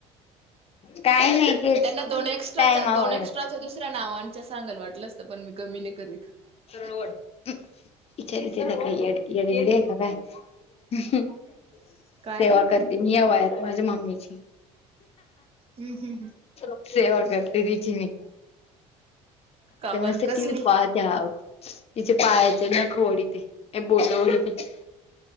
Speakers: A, on the left; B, on the right.
A: काय नाही तेच
B: त्यांना दोन एक्स्ट्राच
A: टायमावर
B: दोन एक्स्ट्राच्या दुसऱ्या नावांच्या सांगाल वाटलंस तर पण मी कमी नाही करीत.
A: सरळ ओड. <unintelligible>
B: काय
A: सेवा
B: हम्म
A: करते मी या वयात माझ्या मम्मीची.
B: हम्म हम्म हम.
A: सेवा करते तिची मी
B: का
A: ते
B: बर
A: मस्त
B: कसली
A: टि. व्ही. पाहते आ तिचे पायाचे नख ओडिते ते बोट वडीते.